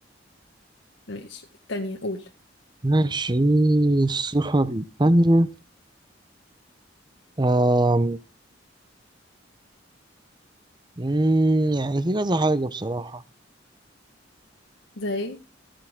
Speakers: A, on the left (about 85°); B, on the right (about 25°).
A: ماشي التانية قول
B: ماشي الصفة الثانية آم، مم، يعني في كذا حاجة بصراحة
A: زي